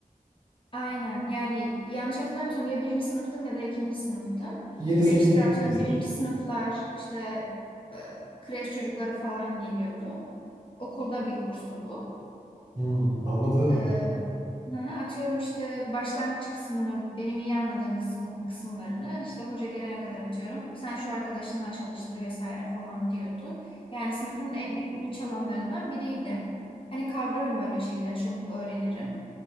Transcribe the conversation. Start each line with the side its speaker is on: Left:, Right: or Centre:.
Left: Aynen. Yani yanlış hatırlamıyorsam ya birinci sınıftım ya da ikinci sınıftım.
Right: Yedi sekiz
Left: Ve işte atıyorum
Right: desek.
Left: birinci sınıflar işte e, kreş çocukları falan geliyordu. Okulda bir kurstu bu.
Right: Hmm, anladım.
Left: E, hı hı, atıyorum işte başlangıç kısmını, benim iyi anladığım kısmın, kısımlarını işte hoca gelene kadar atıyorum. Sen şu arkadaşınla çalıştır vesaire falan diyordu. Yani sınıfın en iyi çalanlarından biriydim. Hani kavrarım öyle şeyleri, çabuk öğrenirim.